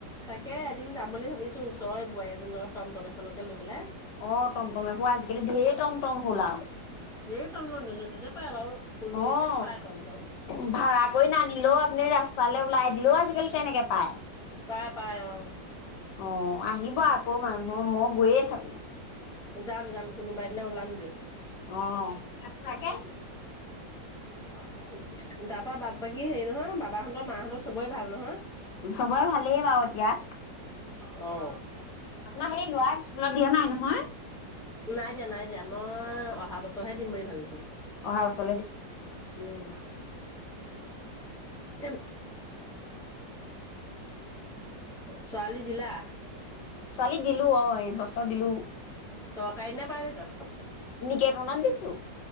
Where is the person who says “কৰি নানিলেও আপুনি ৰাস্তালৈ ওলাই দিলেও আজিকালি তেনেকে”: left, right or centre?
Left